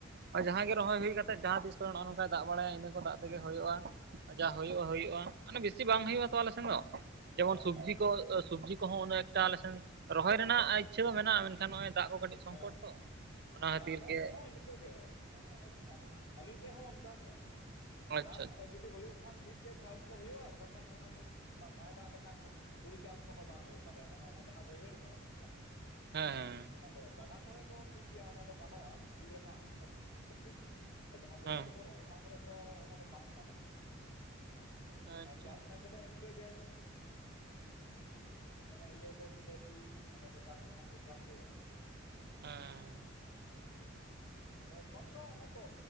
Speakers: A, on the left; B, on the right.
A: ᱦᱮᱸ
B: ᱟᱨ
A: ᱦᱮᱸ
B: ᱡᱟᱦᱟᱸᱭ
A: ᱦᱮᱸ
B: ᱜᱮ ᱨᱚᱦᱚᱭ ᱦᱩᱭ ᱠᱟᱛᱮᱜ ᱡᱟᱦᱟᱸ ᱛᱤᱥ ᱠᱚᱨᱮ ᱱᱚᱜᱼᱚᱭ ᱱᱚᱝᱠᱟᱭ ᱫᱟᱜ ᱵᱟᱲᱟᱭᱟ ᱤᱱᱟᱹ ᱠᱚ ᱫᱟᱜ ᱛᱮᱜᱮ ᱦᱩᱭᱩᱜᱼᱟ ᱾ ᱡᱟ ᱦᱩᱭᱩᱜᱼᱟ
A: ᱚ ᱦᱮᱸ
B: ᱦᱩᱭᱩᱜᱼᱟ, ᱢᱟᱱᱮ ᱵᱮᱥᱤ ᱵᱟᱝ ᱦᱩᱭᱩᱜᱼᱟ ᱛᱚ ᱟᱞᱮ ᱥᱮᱱ ᱫᱚ, ᱡᱮᱢᱚᱱ
A: ᱚ
B: ᱥᱚᱵᱡᱤ
A: ᱦᱮᱸ
B: ᱠᱚ ᱥᱚᱵᱡᱤ ᱠᱚᱦᱚᱸ ᱩᱱᱟᱹᱜ ᱴᱟ ᱟᱞᱮᱥᱮᱱ ᱨᱚᱦᱚᱭ ᱨᱮᱱᱟᱜ ᱤᱪᱪᱷᱟᱹ ᱫᱚ ᱢᱮᱱᱟᱜᱼᱟ ᱢᱮᱱᱠᱷᱟᱱ ᱱᱚᱜᱼᱚᱭ ᱫᱟᱜ ᱠᱚ ᱠᱟᱹᱴᱤᱡ ᱥᱚᱝᱠᱚᱴ
A: ᱦᱮᱸ
B: ᱛᱚ ᱚᱱᱟ
A: ᱱᱚᱣᱟ
B: ᱠᱷᱟᱹᱛᱤᱨ
A: ᱟᱞᱮ
B: ᱜᱮ
A: ᱥᱮᱫ ᱦᱚᱸ ᱤᱱᱠᱟᱹ ᱜᱮ ᱱᱚᱣᱟ ᱟᱞᱮ ᱟᱹᱞᱤᱧ ᱥᱮᱫ ᱦᱚᱸ ᱚᱱᱠᱟ ᱜᱮ ᱢᱟᱱᱮ
B: ᱟᱪᱪᱷᱟ
A: ᱫᱟᱜ ᱡᱩᱫᱤ ᱦᱳᱭᱳᱜ ᱵᱟᱠᱷᱟᱱ ᱴᱷᱤᱠ ᱜᱮᱭᱟ ᱪᱟᱥ ᱠᱚ ᱦᱩᱭᱩᱜᱼᱟ ᱟᱨ ᱵᱟᱠᱷᱟᱱ ᱚᱱᱟ ᱫᱚ ᱵᱟᱭ ᱫᱟᱜ ᱞᱮᱠᱷᱟᱱ ᱦᱩᱲᱩ ᱪᱟᱥ ᱠᱚᱦᱚᱸ ᱵᱟᱝ ᱦᱩᱭᱩᱜ ᱛᱟᱞᱮᱭᱟ ᱾ ᱢᱟᱱᱮ ᱚᱱᱟ ᱡᱟᱦᱟᱸ ᱵᱟᱹᱭᱦᱟᱹᱲ ᱠᱚᱨᱮ ᱠᱚ ᱢᱮᱛᱟᱜ ᱠᱟᱱᱟ
B: ᱦᱮᱸ ᱦᱮᱸ ᱾
A: ᱚᱱᱟ ᱠᱚᱨᱮ, ᱜᱟᱰᱟ ᱠᱚᱨᱮ ᱫᱚ ᱴᱷᱤᱠ ᱜᱮᱭᱟ ᱾ ᱚᱱᱟ ᱫᱚ ᱜᱟᱱᱚᱜᱼᱟ, ᱥᱩᱨ ᱨᱮ ᱫᱟᱜ ᱛᱟᱦᱮᱱ ᱠᱷᱟᱹᱛᱤᱨ ᱾ ᱡᱟᱦᱟᱸ ᱵᱟᱹᱭᱦᱟᱹᱲ
B: ᱦᱮᱸ
A: ᱠᱚᱨᱮ ᱚᱱᱟ ᱠᱚᱨᱮ ᱫᱚ ᱚᱱᱟ ᱫᱚ ᱵᱟᱝ ᱜᱟᱱᱚᱜᱼᱟ ᱾
B: ᱟᱪᱪᱷᱟ
A: ᱟᱨ ᱪᱟᱥ ᱢᱮᱱᱛᱮ ᱛᱮ ᱫᱚ ᱤᱱᱠᱟᱹ ᱜᱮ ᱚᱱᱮ ᱤᱭᱟᱹ ᱠᱚ ᱵᱤᱞᱟᱹᱛᱤ, ᱚᱱᱮ ᱵᱮᱸᱜᱟᱲ, ᱠᱚ ᱚᱱᱟ ᱠᱚ ᱪᱟᱥ ᱦᱩᱭᱩᱜᱼᱟ ᱾
B: ᱦᱮᱸ ᱾
A: ᱟᱫᱚ ᱮᱠᱷᱚᱱ ᱫᱚ ᱚᱱᱮ ᱛᱚ